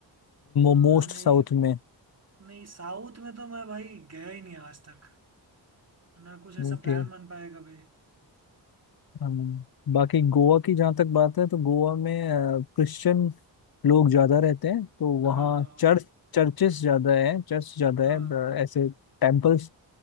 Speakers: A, on the right; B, on the left.
A: अ,
B: मोस्ट
A: नहीं
B: साउथ में
A: नहीं साउथ में तो मैं भाई गया ही नहीं आज तक ना कुछ ऐसा
B: ओके
A: प्लान बन पाया कभी
B: हम, बाकी गोवा की जहाँ तक बात है तो गोवा में क्रिश्चियन लोग ज्यादा रहते हैं तो वहाँ
A: हाँ हाँ
B: चर्च चर्चेस ज्यादा है चर्च ज्यादा
A: हाँ
B: है अ, ऐसे टेम्पल्स